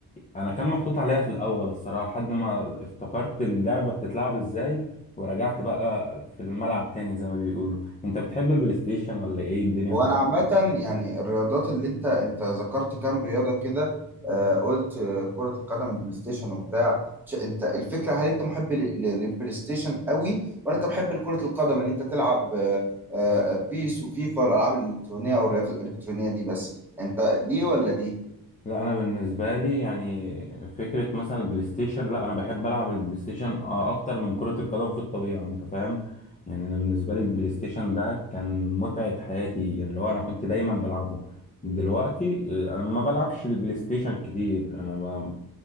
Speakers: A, on the left (about 20°); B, in the centre.
A: انا كان محطوط عليا في الاول الصراحه لحد ما افتكرت اللعبه بتتلعب ازاي ورجعت بقى في الملعب تاني زي ما بيقولوا انت بتحب البلاي ستيشن ولا ايه الدنيا
B: هو انا عامه يعني الرياضات اللي انت انت ذكرت كام رياضه كده آه قلت آه، كره القدم وبلاي ستيشن وبتاع ش- انت الفكره هل انت محب لل- لل- للبلاي ستيشن قوي ولا انت محب لكره القدم اللي انت تلعب آه آه بيس وفيفا والالعاب الالكترونيه او الرياضات الالكترونيه دي بس انت دي ولا دي
A: لا انا بالنسبه لي يعني فكره مثلا البلاي ستيشن لا انا بحب العب البلاي ستيشن آه، اكتر من كره القدم في الطبيعه انت فاهم يعني انا بالنسبه لي البلاي ستيشن ده كان متعه حياتي يعني اللي هو انا كنت دايما بلعبه دلوقتي آه، انا ما بلعبش البلاي ستيشن كتير انا ب...